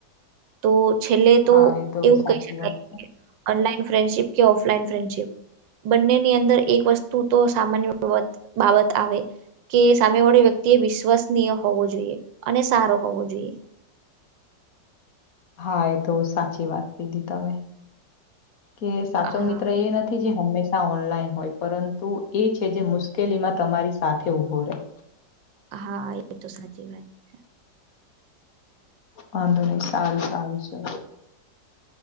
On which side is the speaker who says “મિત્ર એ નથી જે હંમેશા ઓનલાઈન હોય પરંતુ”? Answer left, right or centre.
Left